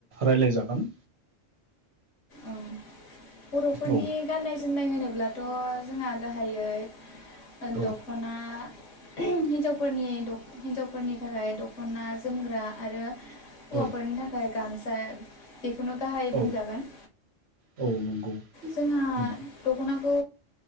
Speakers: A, on the right; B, on the left.
A: राय्लाय जागोन
B: औ बर'फोरनि
A: औ
B: गाननाय जो- जोमनाय होनोब्लाथ जोंहा गाहायै
A: औ
B: दख'ना <unintelligible> हिन्जावफोरनि हिन्जावफोरनि थाखाय दखना जोमग्रा आरो हौवाफोरनि
A: औ
B: थाखाय गामसा खुनु गाहायै
A: औ
B: बुंजागोन
A: औ नंगौ
B: जोंहा
A: नंगौ
B: दख'नाखौ